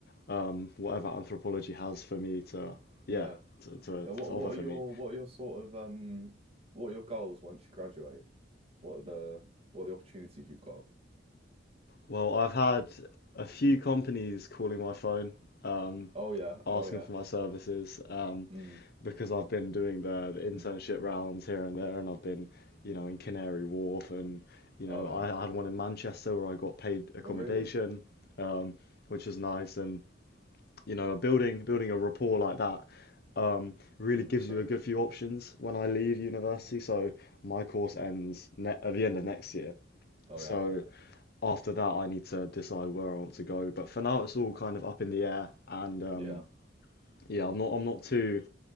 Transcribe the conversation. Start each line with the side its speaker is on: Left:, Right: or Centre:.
Left: um, whatever anthropology has for me to, yeah,
Right: Yeah.
Left: to, to,
Right: Yeah. What
Left: to offer
Right: What are
Left: for
Right: your
Left: me.
Right: What are your sort of um What are your goals once you graduate? What are the What are the opportunities you've got?
Left: Well, I've had a few companies calling my phone, um,
Right: Oh yeah.
Left: asking
Right: Oh yeah.
Left: for my services, um,
Right: Mm.
Left: because I've been doing the, the internship rounds here and there, and I've been, you know, in Canary Wharf, and you know,
Right: Oh yeah.
Left: I, I had one in Manchester where I got paid accommodation,
Right: Oh really?
Left: which was nice, and you know, building building a rapport like that um, really
Right: Mm,
Left: gives
Right: true.
Left: you a good few options when I leave university. So my course ends ne at the end of next year.
Right: Oh
Left: So
Right: yeah.
Left: after that, I need to decide where I want to go. But for now, it's all kind of up in the air, and um,
Right: Yeah.
Left: yeah, I'm not I'm not too